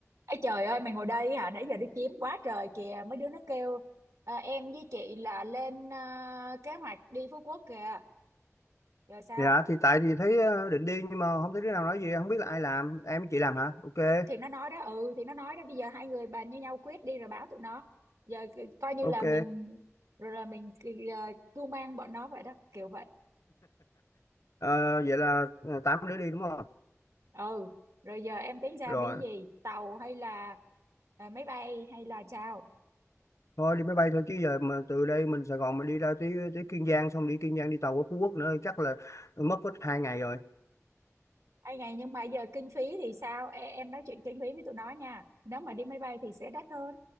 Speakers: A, on the right; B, on the left.
A: Ê trời ơi mày ngồi đây hả nãy giờ đi kiếm quá trời kìa mấy đứa nó kêu à, em với chị là lên à, kế hoạch đi Phú Quốc kìa rồi sao
B: Dạ thì tại thì thấy ờ, định đi nhưng mà không thấy đứa nào nói gì không biết là ai làm em với chị làm hả ok
A: thì, thì nó nói đó ừ thì nó nói đó bây giờ hai người bàn với nhau quyết đi rồi báo tụi nó giờ c- coi như
B: ok
A: là mình rồi là mình uh, cưu mang bọn nó vậy đó kiểu vậy
B: Ờ, vậy là ờ, tám đứa đi đúng không
A: ừ rồi giờ em tính sao
B: rồi
A: đi gì tàu hay là à, máy bay hay là sao
B: thôi đi máy bay thôi chứ giờ mà từ đây mình Sài Gòn mình đi ra tới tới Kiên Giang xong đi Kiên Giang đi tàu qua Phú Quốc nữa chắc là mất hết hai ngày rồi
A: Ê này nhưng mà giờ kinh phí thì sao? Ê, em nói chuyện kinh phí với tụi nó nha. Nếu mà đi máy bay thì sẽ đắt hơn,